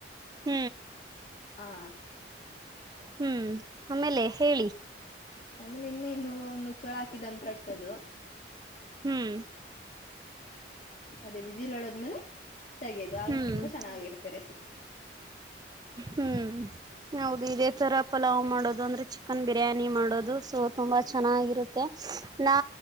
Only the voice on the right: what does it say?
ಹ್ಮ್
ಹ್ಮ್ ಆಮೇಲೆ ಹೇಳಿ
ಹ್ಮ್
ಹ್ಮ್
ಹ್ಮ್ ಹೌದು ಇದೇ ತರ ಪಲಾವ್ ಮಾಡೋದು ಅಂದ್ರೆ ಚಿಕನ್ ಬಿರಿಯಾನಿ ಮಾಡೋದು ಸೊ ತುಂಬಾ ಚೆನ್ನಾಗಿರುತ್ತೆ ನಾ